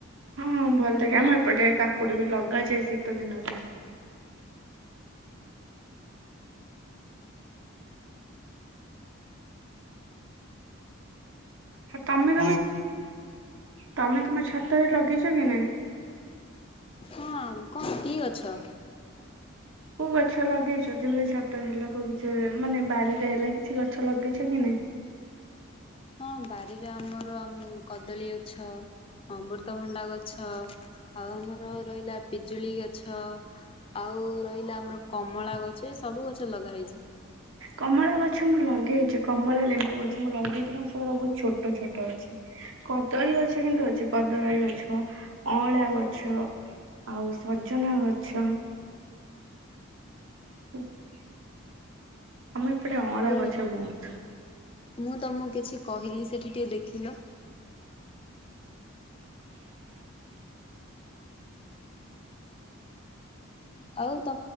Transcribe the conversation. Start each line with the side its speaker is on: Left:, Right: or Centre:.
Right: ହଁ ଭଲ ଲାଗେ ଆମ ଏପଟେ କାକୁଡି ବି ଲଗାଛେ ଶୀତ ଦିନରେ ତମେ ତମେ ତମ ଛାତରେ ଲଗେଇଛ କି ନାଇଁ
Left: ହଁ କଣ କି ଅ- ଗଛ
Right: କୋଉ ଗଛ ଲଗେଇଛ ଯେମିତି ଛାତ ହେଲା କୋଉ କିଛି ମାନେ ବାରିରେ ହେଲା କିଛି ଗଛ ଲଗେଇଛ କି ନାଇଁ?
Left: ହଁ ବାରିରେ ଆମର ଆମ କଦଳୀ ଗଛ ଅମୃତଭଣ୍ଡା ଗଛ ଆଉ ଆମର ରହିଲା ପିଜୁଳି ଗଛ ଆଉ ରହିଲା ଆମର କମଳା ଗଛ ଏ ସବୁ ଗଛ ଲଗା ହେଇଛି
Right: କମଳା ଗଛ ମୁଁ ଲଗେଇଛି କମଳା ଲେମ୍ବୁ ଗଛ ମୁଁ ଲଗେଇଛି କି ସେଗୁଡା ବହୁତ ଛୋଟ ଛୋଟ ଅଛି କଦଳୀ ଗଛ କିନ୍ତୁ ଅଛି କଦଳୀ ଗଛ ଅଁଳା ଗଛ ଆଉ ସଜନା ଗଛ <unintelligible> ଆମେ ଏପଟେ
Left: ଆରେ
Right: ଅଁଳା
Left: ହେଇ
Right: ଗଛ ବହୁତ
Left: ମୁଁ ତମକୁ କିଛି କହିଲି ସେଠି ଟିକେ ଦେଖିଲ ଆଉ ତ